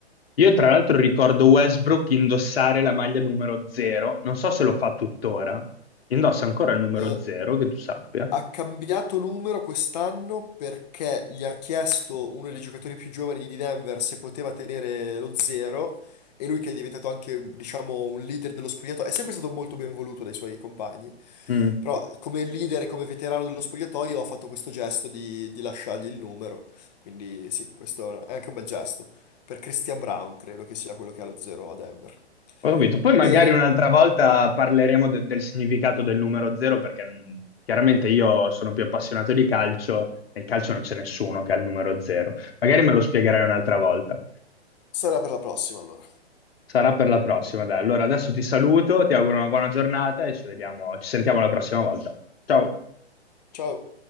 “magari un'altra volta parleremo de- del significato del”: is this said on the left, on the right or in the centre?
Left